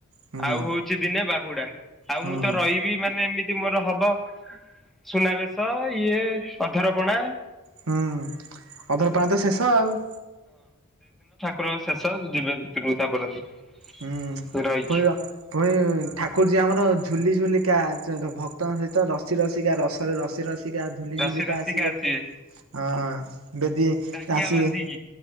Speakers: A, on the right; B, in the centre.
A: ହୁଁ
B: ଆଉ ହଉଚି ଦିନେ ବାହୁଡା ଆଉ
A: ହୁଁ।
B: ମୁଁ ତ ରହିବି ମାନେ ଏମି ତି ମୋର ହବ ସୁନାବେଶ ଇଏ ଅଧରପଣା।
A: ହୁଁ ଅଧର ପାଆଁ ତ ଶେଷ ଆଉ।
B: ପ ଶେଷ ଯିବେ <unintelligible>
A: ହୁଁ
B: ରହିକି
A: ପୁଣି ପୁଣି ଠାକୁର ଯେ ଆମର ଝୁଲି ଝୁଲିିକା ଭକ୍ତଙ୍କ ସହିତ ରସି ରସିିକା ରସରେ ରସି ରସି। କା ଝୁଲି
B: ରସି
A: ଝୁଲି
B: ରସିକା
A: କା ଝୁଲିକା
B: ଆସିବେ
A: ଆସିବେ ହଁ ଯଦି
B: ଟାହିଆ
A: ଆସିବେ
B: ବାନ୍ଧିକି